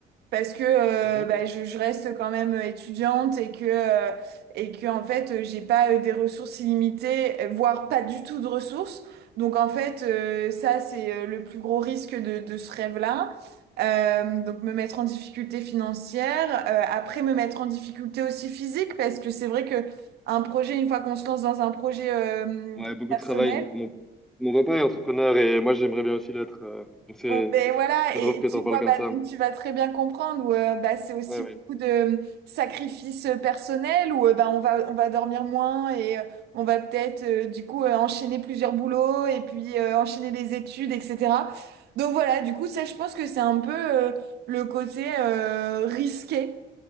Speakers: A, on the right (about 75°); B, in the centre.
A: parce que euh,
B: mhm.
A: bah, je, je reste quand même euh, étudiante et que euh, et que en fait euh, j'ai pas euh, des ressources illimitées, euh, voire pas du tout de ressources. Donc en fait euh, ça c'est euh, le plus gros risque de, de ce rêve-là. Euh, donc me mettre en difficulté financière, euh, après me mettre en difficulté aussi physique parce que c'est vrai que un projet une fois qu'on se lance dans un projet euh,
B: Ouais, beaucoup
A: personnel
B: de travail. Mon, mon papa est entrepreneur et moi j'aimerais bien aussi l'être. euh, donc c'est,
A: Oh, Ben voilà,
B: c'est
A: et,
B: drôle que
A: et tu
B: t'en parles
A: vois,
B: comme
A: bah,
B: ça.
A: donc tu vas très bien comprendre où euh, bah, c'est aussi
B: Ouais, ouais.
A: beaucoup de sacrifices euh, personnels où euh, bah, on va, on va dormir moins et euh, on va peut-être euh, du coup euh, enchaîner plusieurs boulots et puis euh, enchaîner des études, etc. Donc voilà, du coup, ça, je pense que c'est un peu euh, le côté euh, risqué